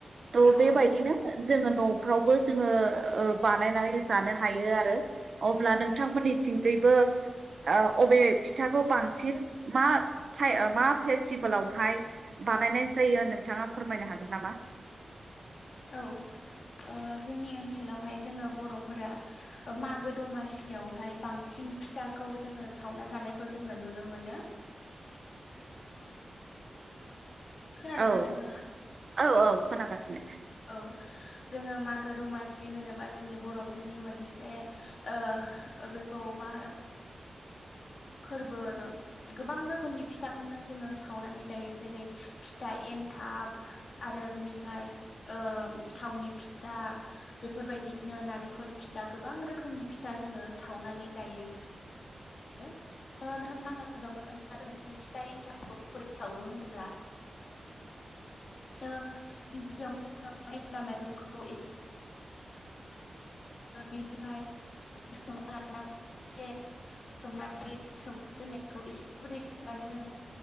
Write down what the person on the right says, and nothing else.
थ'
बेबायदिनो
जोङो न'फ्रावबो जोङो ओ बानायनानै जानो हायो आरो। अब्ला नोंथांमोननि थिंजायबो ओ अबे फिथाखौ बांसिन मा थाय ओ मा फेस्टिभेलावहाय बानायनाय जायो नोंथाङा फोरमायनो हागोन नामा?
<inaudible>
औ
औ औ खोनागासिनो।